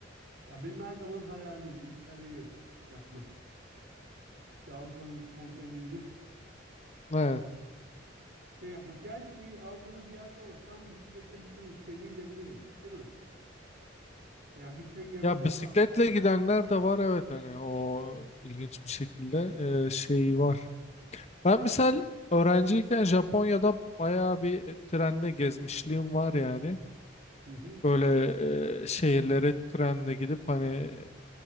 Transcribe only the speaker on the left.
Evet.
Ya
bisikletle
gidenler de var evet hani o ilginç bir şekilde e, şey var. Ben misal öğrenciyken Japonya'da bayağı bir trenle gezmişliğim var yani.
Böyle e, şehirlere trenle gidip hani